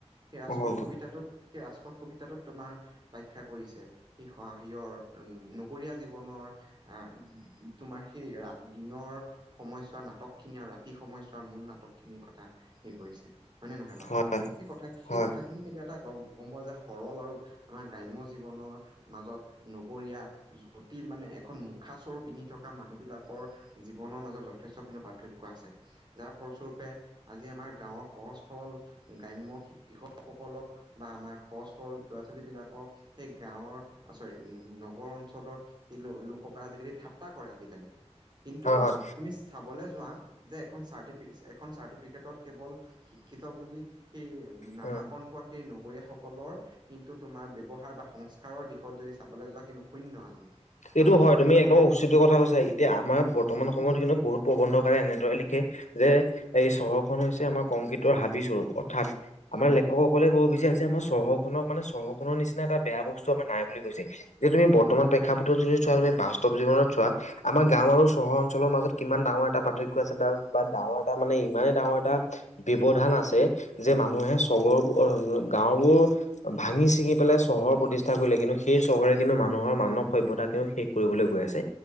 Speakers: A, on the right (about 40°); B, on the left (about 90°).
A: সেই ৰাজপথ
B: হয়
A: কবিতাটোত সেই ৰাজপথ কবিতাটোত তোমাৰ ব্যাখ্যা কৰিছে সি সিয়ৰ নগৰীয়া জীৱনৰ তোমাৰ সেই ৰা দিনৰ সময়ছোৱাৰ নাটক খিনি আৰু ৰাতি সময়ছাত মূল নাটক খিনিৰ কথা হেই কৰিছে হয় নে নহয় বাৰু?
B: হয়
A: সেই কথা সেই
B: হয়
A: কথাখিনিক এটা গম গম পোৱা যে সৰল আৰু আমাৰ গ্ৰাম্য জীৱনৰ মাজত নগৰীয়া টিল মানে এখন মুখা স্বৰূপ পিন্ধি থকা মানুহ বিলাকৰ জীৱনৰ মাজত যথেষ্টখিনি পাৰ্থক্য আছে। যাৰ ফলস্বৰূপে, আজি আমাৰ গাঁৱৰ সহজ সৰল গ্ৰাম্য কৃষক সকলক বা আমাৰ সহজ সৰজ ল'ৰা ছোৱালী বিলাকক, সেই গাঁৱৰ চৰি, নগৰ অঞ্চলত সেই লোকসকলে আজিকালি ঠাট্টা কৰে আজিকালি। কিন্তু
B: হয় হয়
A: তুমি চাবলৈ যোৱা যে, এখন চট এখন চাৰ্টিফিকেটত কেৱল শিক্ষিত বুলি সেই নামাকৰণ
B: হয়
A: পোৱা সেই ন লগাগৰীয়াসকলৰ কিন্তু তোমাৰ ব্ৱহাৰ বা সংস্কাৰৰ দিশত যদি চাবলৈ যোৱা কিন্তু শুন্য আজি মানৱীয়তাৰ
B: এইটো হয়, তুমি
A: ক্ষেত্ৰত
B: একদম উচিত কথা কৈছা এতিয়া আমাৰ
A: হয়
B: বৰ্তমান
A: হয়
B: সময়ত কিন্তু বহুত প্ৰবন্ধকাৰে এনেদৰে লিখে যে এই চহৰখনন হৈছে আমাৰ কংকিিতৰ হাবি স্বৰূপ অৰ্থাৎ আমাৰ
A: হয়
B: লেখকসকলে ক'ব বিচাৰি যে আমাৰ চহৰ খনক মানে চহৰখনৰ নিচিনা এটা বেয়া বস্তু আমাৰ নাই বুলি কৈছে যে তুমি বৰ্তমান প্ৰ শিক্ষাপত্ৰ যদি চোৱা তমি বাস্তৱ জৱনত চোৱা আমাৰ গাও আৰু চহৰ অঞ্চলৰ মাজত কিমান ডাঙৰ এটা পাৰ্থক্য আছে বা ডাঙৰ এটা মানে ইমানে ডাঙৰ এটা ব্যৱধান আছে যে মানুহে
A: হয়
B: চহৰ গাঁওবোৰ ভাঙি ছিঙি পেলাই চহৰ প্ৰতিষ্ঠা কৰিলে কিন্তু সেই চহৰে কিন্তু মানুহৰ মানৱ সভ্তা কে শেষ কৰিবলৈ গৈ আছে